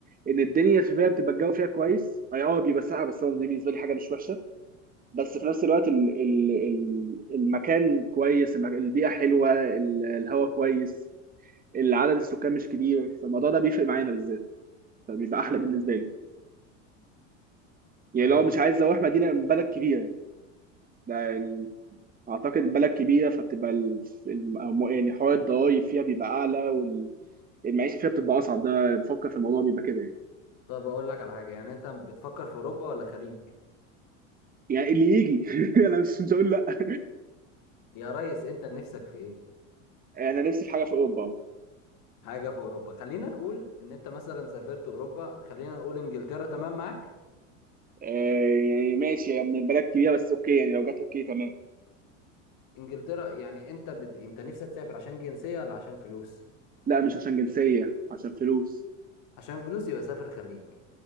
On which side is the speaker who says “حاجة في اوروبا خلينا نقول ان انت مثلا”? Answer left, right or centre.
Left